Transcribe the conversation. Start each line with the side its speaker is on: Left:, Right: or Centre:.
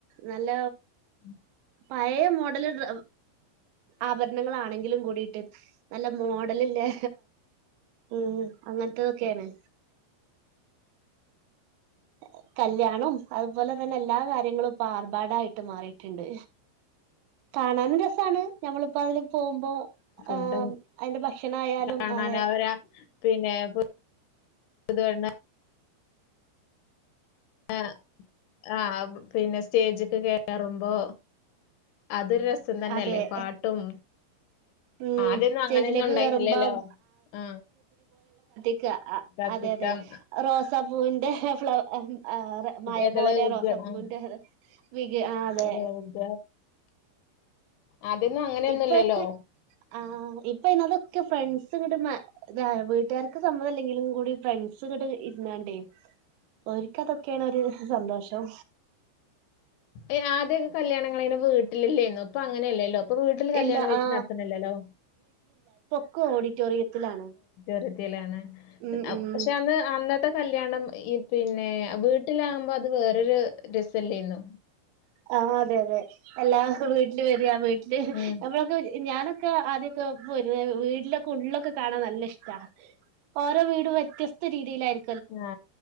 Right: നല്ല
Left: ഉം <inaudible>
Right: പഴയ മോഡല് ഡ്ര ആഭരണങ്ങളാ ണെങ്കിൽ കൂടിയിട്ട് നല്ല മോഡല്ഇല്ലേ ഉം അങ്ങനത്തതൊക്കെയാണ്. ഓ <inaudible> കല്യാണവും അതുപോലെ തന്നെ എല്ലാ കാര്യങ്ങളും ഇപ്പൊ ആർഭാടായിട്ട് മാറിട്ടുണ്ട് കാണാനും രസാണ് ഞമ്മളിപ്പോ അതിലെ പോകുമ്പോ.
Left: ഫുഡ്
Right: ആ അതിന്റെ ഭക്ഷണയാലും
Left: കാണാൻ
Right: അതെ
Left: അവരാ പിന്നെ ഊ <unintelligible> ആ ആഹ പിന്നെ സ്റ്റേജക്കെ കയറുമ്പോ അതൊരു രസം തന്നെയല്ലേ
Right: അതെ
Left: പാട്ടും
Right: ഉം
Left: ആദ്യൊന്നും
Right: സ്റ്റേജിലേക്ക്
Left: അങ്ങനെന്നും ഉണ്ടായിരു
Right: കേറുമ്പം
Left: ന്നില്ലേല്ലോ ആ
Right: അത്യാ അ
Left: കത്തിക്കാം
Right: അതെ അതെ റോസപ്പൂവിന്റെ ഫ്ലോ <unintelligible> മഴ
Left: എതള
Right: പോോലെ
Left: വിഗണം
Right: റോസപ്പൂറെ വി അതെ
Left: എതള
Right: <unintelligible> ഉ <inaudible>
Left: വിഗ ആദ്യൊന്നും അങ്ങനെയൊന്നുംല്ലല്ലോ
Right: ഇപ്പൊ ആ <unintelligible> പിന്നെ അതൊക്കെ ഫ്രണ്ട്സും കത <unintelligible> വീട്ടുകാർക്ക് സമ്മതംല്ലെങ്കിലും കൂടി ഫ്രണ്ട്സ് കൂടെ ഇുന്നാണ്ടേ ഒര്ക്ക് അ തൊക്കെയാണ് ഒരു സന്തോഷം
Left: ഏ ആദ്യൊക്കെ കല്യാണങ്ങളായിനു വീ ല്ല ല്ല ല്ല ഇന്നു ഇപ്പൊ അങ്ങനെയല്ലല്ലോ അപ്പൊ വീട്ടിൽ കല്യാണം
Right: ഇല്ല
Left: വെച്ച്
Right: ആ
Left: നടത്തുനില്ലല്ലോ
Right: ക്കു ഓഡിറ്റോറിയത്തിലാണ്
Left: അ <unintelligible>
Right: ഉം ഉം
Left: കല്യാണം ഈ പിന്നെ വീട്ടിലാമ്പോ അത് വേറരു രസല്ലന്നു
Right: ആ അതെ അതെ എല്ലാഹ് വീട്ടില് വരിയാ വീട്ടില്
Left: ഉം
Right: നമ്മളൊക്കെ ഞാനൊെക്ക ക്കെ ആദ്യൊക്കെ പോരുവര് വീട്ടിലൊക്കെ ഉള്ളിലൊക്കെ കാണാൻ നല്ല ഇഷ്ടമാണ്. ഓരോ വീടും വ്യത്യസ്ത രീതിയിലായിരിക്കും
Left: ആ..